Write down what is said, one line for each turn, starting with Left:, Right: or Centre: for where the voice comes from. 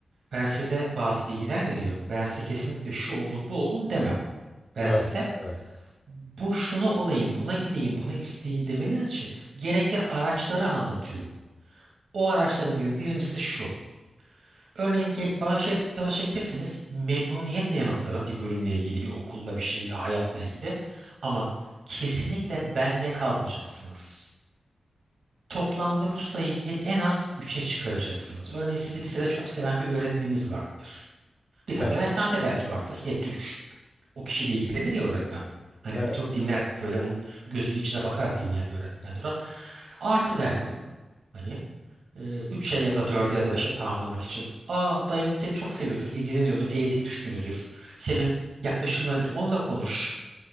Right: ben size bazı bilgiler veriyorum. Ben size kesinlikle şu olun bu olun demem. Ben
Left: Evet,
Right: size
Left: evet,
Right: bu şunu olayım, buna gideyim, bunu isteyeyim demeniz için gerekli araçları anlatıyorum. O araçları diyorum birincisi şu. Örneğin ge- bana bir şey danışabilirsiniz. Memnuniyetle yanıtlarım bir bölümle ilgili, bir okulla, bir şeyle, hayatla ilgili. Ama kesinlikle bende kalmayacaksınız. Toplamda bu sayıyı en az üçe çıkaracaksınız. Örneğin sizi lisede çok seven bir öğretmeniniz vardır. Bir tane
Left: evet,
Right: de dershanede belki vardır. Etti 3. O kişiyle ilgilenir ya öğretmen. Hani
Left: evet,
Right: oturup dinler
Left: evet.
Right: böyle onun gözünün içine bakarak dinleyen bir öğretmendir o. Artı derdim. Hani e, 3'e ya da 4'e ya da beşe tamamlamak için. Aa dayın seni çok seviyordur, ilgileniyordur, eğitim düşkünüdür. Senin yaklaşımına bile onunla konuş.